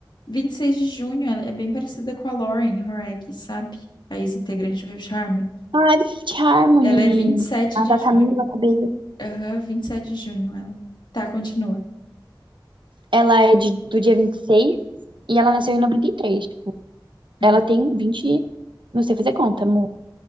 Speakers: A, on the left; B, on the right.
A: vinte e seis de junho, ela é bem parecida com a Lauren Horag, sabe? A ex-integrante do Fifth Harmony.
B: Ah, é do Fifth Harmony.
A: Ela é vinte e sete
B: A
A: de
B: da
A: junho.
B: Camila Cabello.
A: Aham, 27 de junho ela. Tá, continua.
B: Ela é de, do dia vinte e seis e ela nasceu em noventa e três
A: Hum.
B: Ela tem 20. Não sei fazer conta, amor.